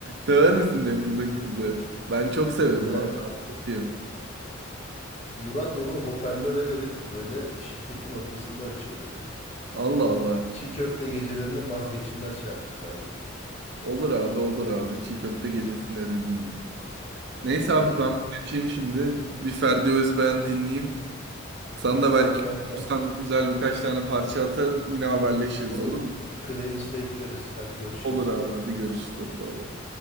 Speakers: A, on the right; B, on the left.
A: Sever misin Nemrud'un kızı? Ben çok severim
B: Güzel.
A: abi.
B: ya.
A: Hastasıyım.
B: Murat onu hoparlöre verip böyle şirketin ortasında açıyordu.
A: Allah Allah.
B: Çiğ köfte gecelerinin vazgeçilmez şarkısı abi.
A: Olur abi olur abi. Çiğ köfte gecesinde de dinlenir. Neyse
B: Aynen.
A: abi ben kaçayım şimdi. Bir Ferdi Özbeğen dinleyeyim. Sana da
B: Tamam
A: belki
B: kanka.
A: bulursam güzel birkaç tane parça atarım. Yine haberleşiriz
B: Olur.
A: olur mu?
B: Playlist'e ekleriz. Hadi görüşürüz.
A: Olur abi hadi görüşürüz. Hadi bay bay.